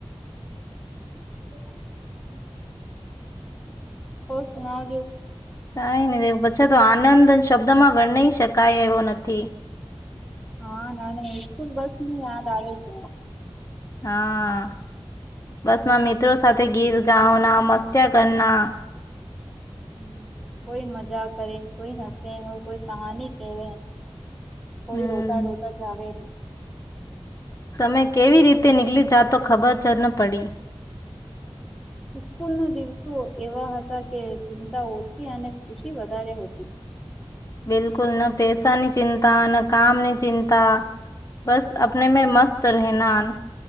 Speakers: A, in the centre; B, on the left (about 30°).
A: તો <unintelligible> ઑર સુના જો
B: કઈ નહી પછા તો આનંદ શબ્દમાં વર્ણી શકાય એવો નથી.
A: હા મને સ્કૂલ બસની યાદ આવે છે.
B: હા બસમાં મિત્રો સાથે ગીત ગાવના મસ્ત્યા કરના
A: હ કોઈ મજાક કરે કોઈ હસે કોઈ કહાની કેવે. કોઈ
B: હમ
A: રોતા રોતા જાવે
B: સમય કેવી રીતે નીકલી જાતો ખબર જ ન પડી
A: સ્કૂલ ના દિવસો એવા હતા કે ચિંતા ઓછી અને ખુશી વધારે હતી.
B: બિલકુલ ના પેસા ની ચિંતા ના કામની ચિંતા બસ. આપને મે મસ્ત રહેના